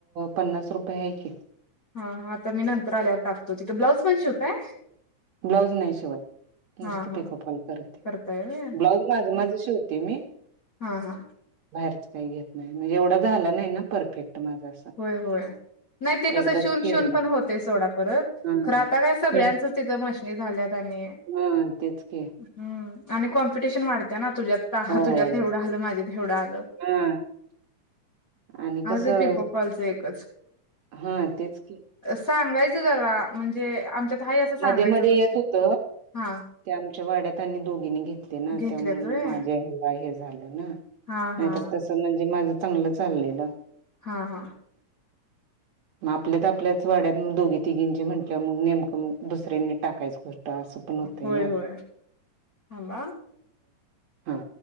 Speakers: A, on the right (about 65°); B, on the left (about 30°).
A: पन्नास रुपये ह्या की
B: हा हा आता मी नंतर आल्यावर टाकतो तिथ ब्लाऊज पणशी होतय.
A: ब्लाऊज नाही शिवत नुसतं
B: हा हा
A: पिको फॉल करत ते
B: करताय व्हय
A: ब्लाऊज माझं माझं शिवत तम् <unintelligible>
B: हा हा
A: बाहेरच काही घेत नाही म्हणजे एवढा झाला नाही ना परफेक्ट माझा
B: होय होय नाही ते कसं
A: एकदाच
B: शिवून
A: केलाय
B: शिवून पण होते सोडा परत
A: हा
B: खरं आता काय सगळ्यांचंच
A: हा
B: तिथं मशनी झाल्यात आणि
A: हा तेच कि
B: हम्म आणि कॉम्पिटिशन वाढत्या ना तुझ्यात हा
A: होय
B: तुझ्यात एवढं आलं माझ्यात एवढं आलं
A: हा आणि कसं
B: आज पिको फॉलच एकच
A: हा तेच
B: सांगायचं जरा म्हणजे आमच्यात हा असं सांगायचं
A: मध्ये मध्ये
B: मशीन
A: येत होत
B: हा
A: ते आमच्या वाड्यात आणि दोघीनी घेतले ना
B: घेतल्यात
A: त्यामुळं
B: व्हय
A: माझ्या ह्याला हे झालं ना.
B: हा
A: नाहीतर
B: हा
A: तसं म्हणजे माझं चांगलं चाललेलं.
B: हा हा
A: मग आपल्यात आपल्याच वाड्यात मग दोघी तिघींचे म्हटलं मग नेमकं मग दुसऱ्यांनी टाकायचं ते असं पण होतय
B: होय
A: ना
B: होय थांबा
A: हा